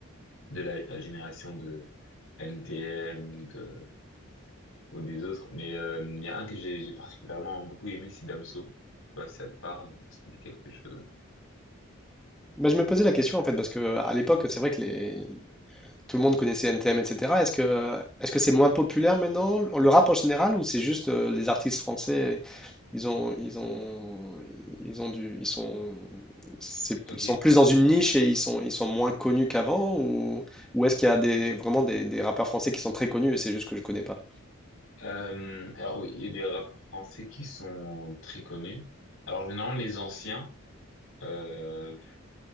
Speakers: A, on the left; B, in the centre.
A: de la, la génération de NTM ou de ou des autres. Mais euh, il y a un que j'ai j'ai particulièrement beaucoup aimé, c'est Damso. Je sais pas si ça te parle, ça te dit quelque chose.
B: Bah, je me posais la question en fait, parce que à l'époque, c'est vrai que les, Tout le monde connaissait NTM, etc. Est-ce que est-ce que c'est moins populaire maintenant, le rap en général, ou c'est juste euh, les artistes français, ils ont ils ont ils ont du ils sont c'est-
A: Ok.
B: ils sont plus dans une niche et ils sont ils sont moins connus qu'avant, ou ou est-ce qu'il y a des vraiment des, des rappeurs français qui sont très connus et c'est juste que je connais pas?
A: Euh, alors oui, il y a des rappeurs français qui sont très connus. Alors généralement les anciens, euh,